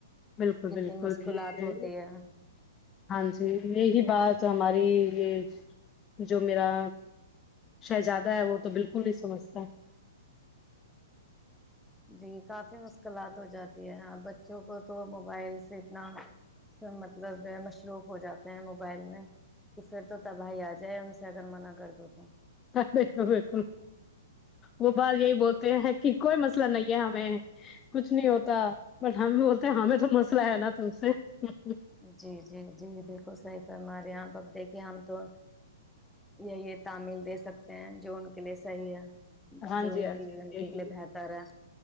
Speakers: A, on the left; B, in the centre.
A: بالکل
B: کتنی
A: بالکل
B: مشکلات
A: یہ
B: ہوتی ہے
A: ہاں جی یہی بات ہماری <unintelligible> یہ جو میرا شہزادہ ہے وہ تو بالکل نہیں سمجھتا <unintelligible>
B: جی کافی مشکلات ہو جاتی ہے اور بچوں کو تو موبائل سے اتنا مطلب مصروف ہو جاتے ہیں موبائل میں کہ پھر تو تباہی آ جائے ان سے اگر منع کر دو تو <unintelligible>
A: بالکل بالکل وہ بات یہی بولتے ہیں کہ کوئی مسئلہ نہیں ہے ہمیں کچھ نہیں ہوتا بٹ ہم بولتے ہمیں تو مسئلہ ہے نا تم سے <unintelligible>
B: جی جی جی بالکل صحی ف ہمارے یہاںب دیکھیے ہم تو یہی تعمیل دے سکتے ہیں جو ان کے لیے صحیح ہے <unintelligible>
A: ہاں
B: جو
A: جی
B: ان
A: ہاں
B: کی
A: جی
B: زندگی
A: یہی
B: کے لیے بہتر ہے